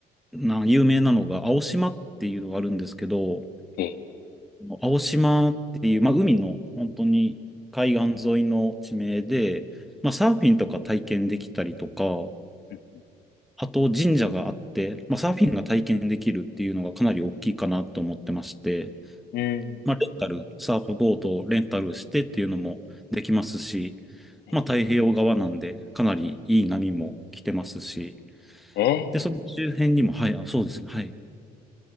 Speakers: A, in the centre; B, on the left (about 75°).
A: な、有名なのが、青島っていうのがあるんですけど、
B: ええ、
A: 青島っていう、まあ、海の本当に海岸沿いの地名で、まあ、サーフィンとか体験できたりとか、
B: うん、
A: あと神社があって、まあ、サーフィンが体験できるっていうのがかなり大きいかなと思ってまして、
B: うん、うん
A: まあ、レンタル、サーフボードをレンタルしてっていうのもできますし、
B: え
A: まあ、太平洋側なんでかなりいい波も来てますし、
B: え、ええ
A: で、その周辺にも、はい、あ、そうですね、はい。